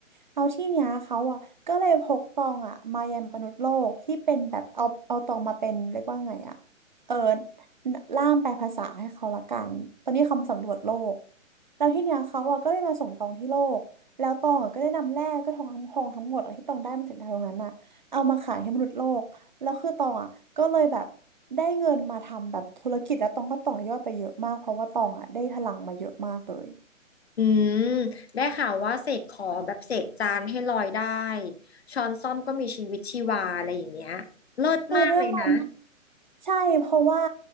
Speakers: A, on the right (about 35°); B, on the left (about 50°).
A: เอาที่เนี้ยเขาอ่ะก็เลยพกตองอ่ะมายังมนุษย์โลกที่เป็นแบบเอาเอาตองมาเป็นเรียกว่าไงอ่ะเออล่ามแปลภาษาให้เขาละกันตอนนี้เขาสำรวจโลกแล้วที่เนี้ยเขาอ่ะก็เลยมาส่งตองที่โลกแล้วตองอ่ะก็ได้นำแร่ก็ทองคำทองทั้งหมดอะที่ตองได้มาจากดาวดวงนั้นอ่ะเอามาขายให้มนุษย์โลก แล้วคือตองอ่ะก็เลยแบบได้เงินมาทำแบบธุรกิจแล้วตองก็ต่อยอดไปเยอะมากเพราะว่าตองอ่ะได้พลังมาเยอะมากเลย
B: อืมได้ข่าวว่าเสกของแบบเสกจานให้ลอยได้ช้อนส้อมก็มีชีวิตชีวาอะไรอย่างเงี้ยเลิศมากเลยนะ
A: คือด้วยความใช่เพราะว่า